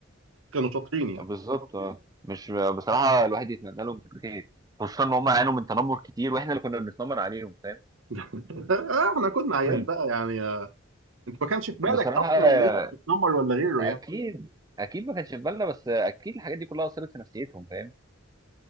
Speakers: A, on the right; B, on the right.
A: كانوا شاطرين يعني
B: بالظبط آه. مش بصراحه الواحد يتمنى لهم خير خصوصا ان هم عانوا من تنمر كتير واحنا اللي كنا بنتنمر عليهم فاهم
A: <laughs> آه، احنا كنا عيال
B: مم.
A: بقى يعني آه، انت ما كانش في بالك
B: بصراحه
A: اصلا
B: آه،
A: ان انت بتتنمر ولا غيره
B: اكيد
A: يعني
B: اكيد ما كانش في بالنا بس آه، اكيد الحاجات دي كلها اثرت في نفسيتهم فاهم